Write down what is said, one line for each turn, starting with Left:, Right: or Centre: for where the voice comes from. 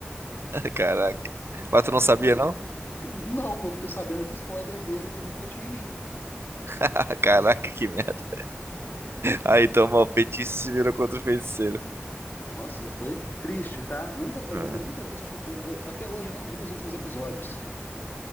Right: Caraca. Mas tu não sabia, não?
Left: <laughs> Não, eu fiquei sabendo de spoiler dele que refletiu em mim.
Right: <laughs> Caraca, que merda. Aí, então, mal, feitiço se virou contra o feiticeiro.
Left: Nossa, foi triste, tá? Eu nunca, eu,
Right: Ah,
Left: nu- eu nunca vi os últimos, eu- eu até hoje não vi os últimos episódios.